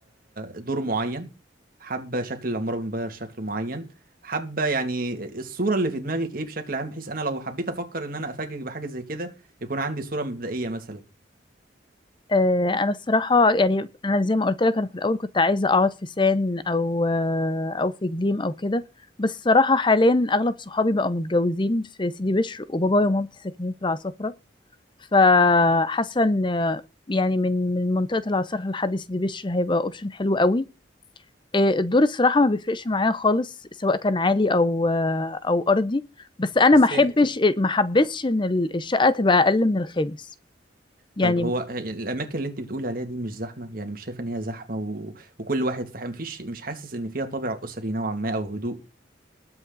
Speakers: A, on the right; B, on the left.
A: دور معين حابة شكل العمارة من بره شكل معين حابة يعني الصورة اللي في دماغك ايه بشكل عام بحيث انا لو حبيت افكر ان انا افاجئك بحاجة زي كده يكون عندي صورة مبدئية مثلا
B: آه، انا الصراحه يعني انا زي ما قلت لك انا في الاول كنت عايزه اقعد في سان او آه، او في جليم او كده بس الصراحه حاليا اغلب صحابي بقوا متجوزين في سيدي بشر وبابايا ومامتي ساكنين في العصافره فحاسه ان آه، يعني من من منطقه العصافره لحد سيدي بشر هيبقى اوبشن حلو قوي آه، الدور الصراحه ما بيفرقش معايا خالص سواء كان عالي او آه، او ارضي بس انا
A: بس
B: ما احبش
A: هي
B: ما حبسش ان الشقه تبقى اقل من الخامس يعني
A: طيب هو هي الاماكن اللي انت بتقولي عليها دي مش زحمة يعني مش شايفة ان هي زحمة و... وكل واحد فاهم مفيش مش حاسس ان فيها طابع اسري نوعا ما او هدوء